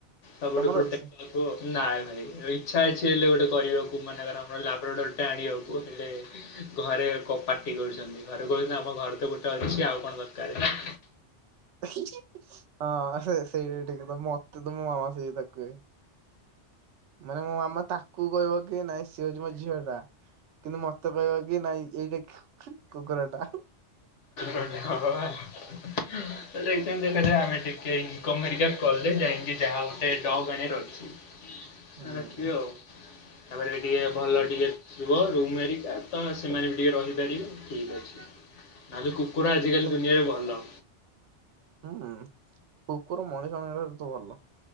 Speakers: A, on the left; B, on the right.
A: ସବୁଠୁ
B: ତମର
A: ପ୍ରୋଟେକ୍ଟ
B: ଅଛି?
A: ପାଉ ଥିବ। ନାଇଁ ଭାଇ ଇଚ୍ଛା ଅଛି ହେଲେ ଗୋଟେ କରିବାକୁ ମାନେ ବା ଆମର ଲାବ୍ରୋଡର ସେଟା ଆଣିବାକୁ ହେଲେ ଘରେ କ ପାଟି କରୁଛନ୍ତି ଘରେ କହୁଛନ୍ତି ଆମ ଘରେ ତ ଗୋଟେ ଅଛି ଆଉ କଣ ଦରକାରେ।
B: ହୀ ହି ହଁ ସେ ସେଇ ବି ଠିକ କଥା ମତେ ତ ମୋ ମାମା ସେଇ କଥା କୁହେ। ମାନେ ମୋ ମାମା ତାକୁ କହିବ କି ନାଇଁ ସିଏ ହଉଚି ମୋ ଝିଅ ଟା। କିନ୍ତୁ ମତେ କହିବ କି ନାଇଁ ଏଇଟା ଖୁ ଖୁ କୁକୁର ଟା।
A: ହଁ ବା ନେକ୍ସଟ୍ ଟାଇମ ଦେଖା ଯାଉ ଆମେ ଟିକେ ଇନକମ ହେରୀକା କଲେ ଯାଇଁ ଏଣିକି ଯାହା ଗୋଟେ ଡଗ ଆଣିବାର ଅଛି
B: ହୁଁ
A: ଅଁ ରଖିବି ଆଉ ତାପରେ ଟିକେ ଭଲ
B: ସେୟା
A: ଟିକେ ଶୁଭ ତୁ ମେରିକା ତମେ ସେମାନେ ବି ଟିକେ ରହିପାରିବେନି ଠିକ୍ ଅଛି ନାଇ ଯଉ କୁ କୁକୁର
B: ତ
A: ଆଜିକାଲି ଦୁନିଆରେ ଭଲ।
B: ହୁଁ କୁକୁର ମଣିଷ ମାନଙ୍କ ଠାରୁ ତ ଭଲ।